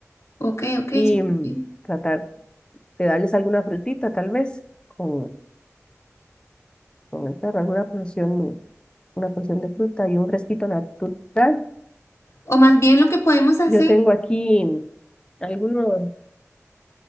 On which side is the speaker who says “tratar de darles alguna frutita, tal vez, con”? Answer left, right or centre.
Left